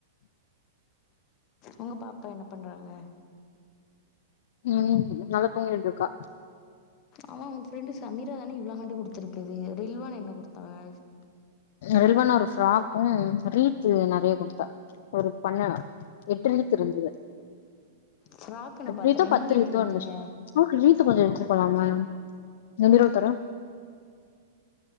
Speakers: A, on the left; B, on the left.
A: உங்க பாப்பா என்ன பண்றாங்க
B: உம் நல்லா தூங்கிட்டு இருக்கா
A: ஆமா உங்க ஃப்ரெண்டு் சமீரா தானே இவ்வளாங்காண்டு கொடுத்துருக்குது ரில்வான் என்ன கொடுத்தாவ
B: ரில்வன் ஒரு ஃப்ராக்கு ரீத்து நெறைய கொடுத்தா ஒரு பண்ண <unintelligible> இருந்துது
A: ஃப்ராக்கு நா
B: எட்டு
A: பாத்தனே
B: ரீத்தோ பத்து
A: நீங்க என்ன
B: ரீத்தோ
A: குடுத்தீங்க
B: இருந்தச்சு ஓகே ரீத்து கொஞ்ச எடுத்துட்டு போலாமா இந்த பீரோவ தொற